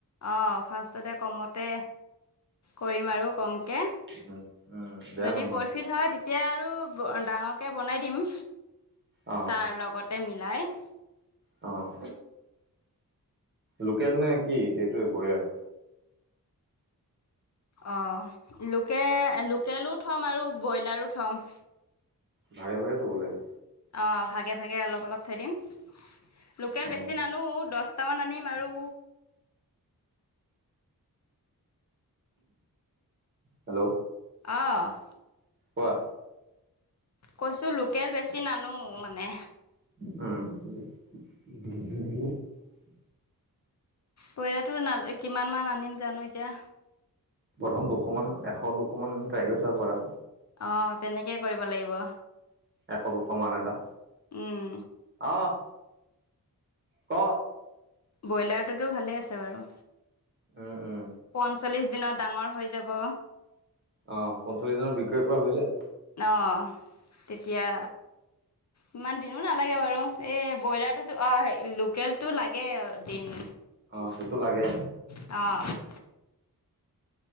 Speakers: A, on the left; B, on the right.
A: অ' ফাৰ্ষ্টতে কমতে কৰিম আৰু কমকে।
B: উম উম বেয়া
A: যদি
B: নহয়
A: প্ৰফিট হয় তেতিয়া আৰু ডাঙৰকে বনাই দিম।
B: অ
A: তাৰ লগতে মিলাই।
B: অ'। লোকেল নে কি এইটোৱে ব্ৰইলাৰ?
A: অ' লোকেল লোকেলো থ'ম আৰু ব্ৰইলাৰো থ'ম।
B: ভাগে ভাগে থ'ব লাগিব।
A: অ' ভাগে ভাগে অলপ অলপ থৈ দিম। লোকেল
B: অ
A: বেছি নানো দছ টামান আনিম আৰু
B: হেল্ল'।
A: অ'।
B: কোৱা।
A: কৈছোঁ লোকেল বেছি নানো মানে।
B: উম।
A: পৰিলাতো না কিমান মান আনিম জানো এতিয়া।
B: প্ৰথম দুশ মান, এশ দুশ মান ট্ৰাই কৰি চাব পাৰা।
A: অ' তেনেকে কৰিব লাগিব।
B: এশ দুশ মান এটা,
A: উম,
B: অ'। ক।
A: ব্ৰইলাৰটোতো ভালে আছে বাৰু।
B: উম উম
A: পঞ্চল্লিশ দিনত ডাঙৰ হৈ যাব।
B: অ' পঞ্চল্লিশ দিনৰ বিক্ৰীৰ পৰা হৈ যায়।
A: অ' তেতিয়া ইমান দিনো নালাগে বাৰু, এই ব্ৰইলাৰটোতো অ' লোকেলটো লাগে দিন।
B: অ' সেইটো লাগে।
A: অ'।